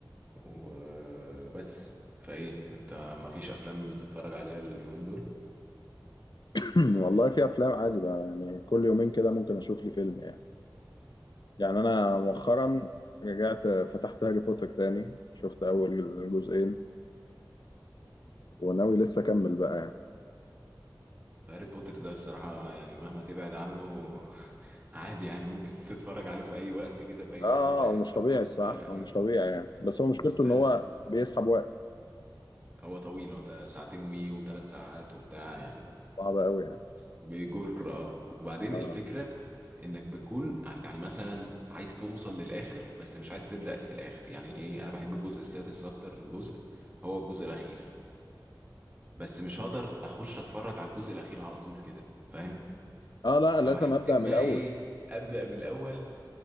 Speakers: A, on the right (about 20°); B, on the left (about 65°).
A: وبس فايه انت مفيش افلام بتتفرج عليها اليومين دول؟
B: <clears throat> والله في افلام عادي بقى يعني كل يومين كده ممكن اشوف لي فيلم يعني يعني انا مؤخرا رجعت فتحت هاري بوتر تاني شفت اول جزئين وناوي لسه اكمل بقى يعني
A: هاري بوتر ده الصراحة يعني مهما تبعد عنه <laughs> عادي يعني ممكن <laughs> تتفرج عليه في اي وقت كده في اي
B: اه
A: وقت زهقان
B: هو مش
A: تفتح
B: طبيعي
A: تتفرج
B: الصح
A: عليه
B: هو مش طبيعي يعني بس
A: نوستالج
B: هو مشكلته ان هو بيسحب وقت
A: هو طويل هو تا- ساعتين وي وثلاث ساعات وبتاع يعني
B: صعب قوي يعني
A: بيجر اه وبعدين
B: اه
A: الفكرة انك بتكون ع- يعني مثلا عايز توصل للاخر بس مش عايز تبدأ في الاخر يعني ايه انا بحب الجزء السادس اكتر جزء هو الجزء الاخير بس مش هقدر اخش اتفرج على الجزء الاخير على طول كده فاهم
B: اه لا
A: فبحتاج
B: لازم ابدا من
A: بقى
B: الاول
A: ايه ابدأ من الاول